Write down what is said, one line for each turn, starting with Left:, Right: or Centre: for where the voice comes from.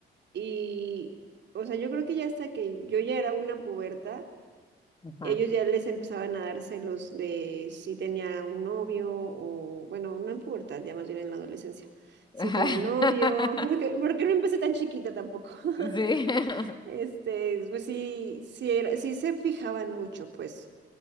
Right: y, o sea, yo creo que ya hasta que yo ya era una puberta,
Left: Ajá.
Right: ellos ya les empezaban a dar celos de si tenía un novio o, bueno, no en pubertad, ya más bien en la adolescencia, si
Left: <laughs>
Right: tenía novio, <laughs> porque, porque no empecé tan chiquita tampoco. <laughs>
Left: Sí. <laughs>
Right: Este, pues sí, sí, era- sí se fijaban mucho, pues.